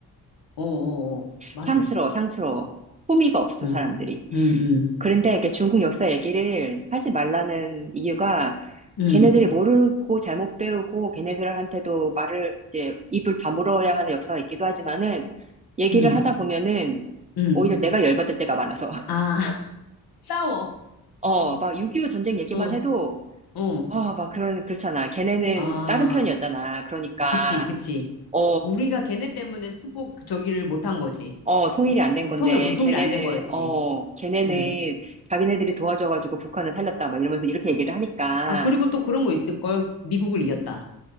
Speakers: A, on the left; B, on the right.
A: 어, 어, 어. 맞아.
B: 상스러워, 상스러워. 호미가 없어,
A: 응,
B: 사람들이.
A: 응, 응,
B: 그런데 이게 중국 역사 얘기를 하지 말라는 이유가
A: 응,
B: 걔네들이 모르고 잘못 배우고 걔네들한테도 말을 이제 입을 다물어야 하는 역사가 있기도 하지만은 얘기를
A: 응,
B: 하다 보면은
A: 응.
B: 오히려 내가 열받을 때가 많아서. <laughs>
A: 아, <laughs> 싸워.
B: 어, 막 6.25 전쟁 얘기만
A: 어,
B: 해도
A: 어.
B: 아, 막 그런, 그렇잖아. 걔네는
A: 아,
B: 다른 편이었잖아. 그러니까,
A: 어, 그치, 그치.
B: 어,
A: 우리가 걔네 때문에 수복 그 저기를 못한 거지.
B: 어, 통일이 안 된
A: 어,
B: 건데,
A: 통일, 뭐 통일
B: 걔네는,
A: 안 된 거였지.
B: 어, 걔네는
A: 응.
B: 자기네들이 도와줘가지고 북한을 살렸다. 막 이러면서 이렇게 얘기를 하니까.
A: 아, 그리고 또 그런 거 있을걸. 미국을 이겼다.